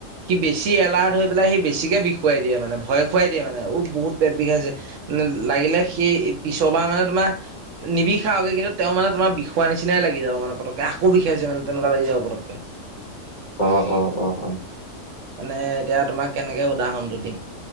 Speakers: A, on the right; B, on the left.
A: সি বেছি এলাৰ্ট হৈ পেলাই সি বেছিকে বিষ খুৱাই দিয়ে মানে ভয় খুৱাই দিয়ে মানে উ বহুত পেট বিষাইছে মানে লাগিলে সেই পিছৰবাৰ মানে তোমাৰ নিবিষাকে কিন্তু তেওঁ মানে তোমাৰ বিষোৱাৰ নিচিনাই লাগি যাব মানে পতককে আকৌ বিষাইছে মানে তেনেকুৱা লাগি যাব মানে পতককে। <inaudible>
B: অ', অ', অ', অ',
A: মানে এতিয়া তোমাক কেনেকে উদাহৰণটো দিম,